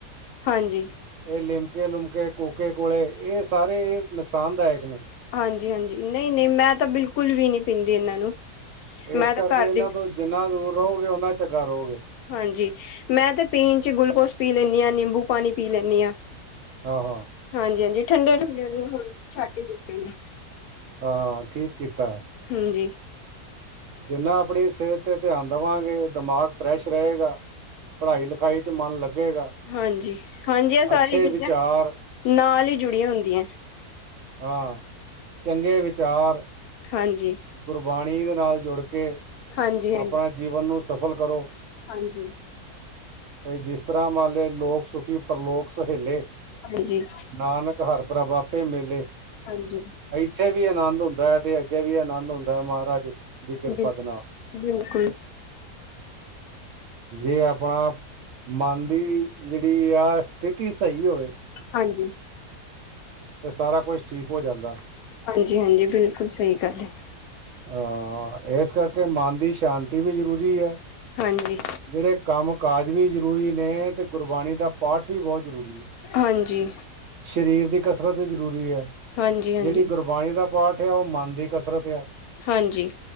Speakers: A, on the left; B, on the right.
A: ਹਾਂਜੀ।
B: ਇਹ ਲਿਮਕੇ-ਲੁਮਕੇ, ਕੋਕੇ-ਕੋਲੇ ਇਹ ਸਾਰੇ ਇਹ ਨੁਕਸਾਨ ਦਾਇਕ ਨੇ।
A: ਹਾਂਜੀ-ਹਾਂਜੀ, ਨਹੀਂ-ਨਹੀਂ, ਮੈਂ ਤਾ ਬਿਲਕੁਲ ਵੀ ਨੀ ਪੀਂਦੀ ਇਹਨਾਂ ਨੂੰ।
B: ਏਸ
A: ਮੈਂ
B: ਕਰਕੇ
A: ਤਾਂ ਘਰ
B: ਇਹਨਾ
A: ਦੀ
B: ਤੋਂ, ਜਿੰਨਾ ਦੂਰ ਰਹੋਗੇ, ਓਨਾ ਚੰਗਾ ਰਹੋਗੇ।
A: ਹਾਂਜੀ, ਮੈਂ ਤੇ ਪੀਣ ਚ ਗਲੂਕੋਸ ਪੀ ਲੈਨੀਆ, ਨਿੰਬੂ ਪਾਣੀ ਪੀ ਲੈਨੀਆ।
B: ਹਾਂ-ਹਾਂ।
A: ਹਾਂਜੀ-ਹਾਂਜੀ ਠੰਡੇ-ਠੁੰਡੇ ਨੂੰ, ਹੁ ਛੱਡ ਹੀ ਦਿੱਤੇ ਨੇ।
B: ਹਾਂ, ਠੀਕ ਕੀਤਾ।
A: ਹੁਜੀ।
B: ਜਿੰਨਾ ਆਪਣੀ ਸਿਹਤ ਤੇ ਧਿਆਨ ਦੇਵਾਗੇ, ਦਿਮਾਗ ਫਰੈਸ਼ ਰਹੇਗਾ, ਪੜ੍ਹਾਈ-ਲਿਖਾਈ ਵਿੱਚ ਮਨ ਲੱਗੇਗਾ।
A: ਹਾਂਜੀ-ਹਾਂਜੀ, ਇਹ ਸਾਰੀਆ
B: ਅੱਛੇ
A: ਚੀਜ਼ਾਂ
B: ਵਿਚਾਰ
A: ਨਾਲ ਹੀ ਜੁੜੀਆਂ ਹੁੰਦੀਆਂ ਐ।
B: ਹਾਂ, ਚੰਗੇ ਵਿਚਾਰ
A: ਹਾਂਜੀ।
B: ਗੁਰਬਾਣੀ ਦੇ ਨਾਲ ਜੁੜ ਕੇ,
A: ਹਾਂਜੀ-ਹਾਂਜੀ,
B: ਆਪਣਾ ਜੀਵਨ ਨੂੰ ਸਫਲ ਕਰੋ।
A: ਹਾਂਜੀ।
B: ਵਈ ਜਿਸ ਤਰਾ ਮਨ ਲਿਆ, ਲੋਕ ਸੁਖੀ ਪਰਲੋਕ ਸੁਹੇਲੇ।
A: ਹਾਂਜੀ, ਹਾਂਜੀ
B: ਨਾਨਕ ਹਰ ਪ੍ਰਭ ਆਪੇ ਮੇਲੇ।
A: ਹਾਂਜੀ।
B: ਇੱਥੇ ਵੀ ਆਨੰਦ ਹੁੰਦਾ ਹੈ, ਤੇ ਅੱਗੇ ਵੀ ਆਨੰਦ ਹੁੰਦਾ ਹੈ, ਮਹਾਰਾਜ ਦੀ ਕਿਰਪਾ
A: ਬਿਲ
B: ਦੇ ਨਾਲ।
A: ਬਿਲਕੁਲ <inaudible>
B: ਜੇ ਆਪਣਾ ਮਨ ਦੀ ਜਿਹੜੀ ਆ, ਸਥਿਤੀ ਸਹੀ ਹੋਵੇ।
A: ਹਾਂਜੀ।
B: ਤੇ ਸਾਰਾ ਕੁਛ ਠੀਕ ਹੋ ਜਾਂਦਾ।
A: ਹਾਂਜੀ-ਹਾਂਜੀ, ਬਿਲਕੁਲ ਸਹੀ ਗੱਲ ਹੈ।
B: ਹਾਂ, ਇਸ ਕਰਕੇ, ਮਨ ਦੀ ਸ਼ਾਂਤੀ ਵੀ ਜ਼ਰੂਰੀ ਹੈ।
A: ਹਾਂਜੀ।
B: ਜਿਹੜੇ ਕੰਮ ਕਾਜ ਵੀ ਜ਼ਰੂਰੀ ਨੇ, ਤੇ ਗੁਰਬਾਣੀ ਦਾ ਪਾਠ ਵੀ ਬਹੁਤ ਜ਼ਰੂਰੀ ਹੈ।
A: ਹਾਂਜੀ।
B: ਸਰੀਰ ਦੀ ਕਸਰਤ ਵੀ ਜ਼ਰੂਰੀ ਹੈ,
A: ਹਾਂਜੀ ਹਾਂਜੀ
B: ਜਿਹੜੀ ਗੁਰ ਬਾਣੀ ਦਾ ਪਾਠ ਆ, ਉਹ ਮਨ ਦੀ ਕਸਰਤ ਹੈ।
A: ਹਾਂਜੀ।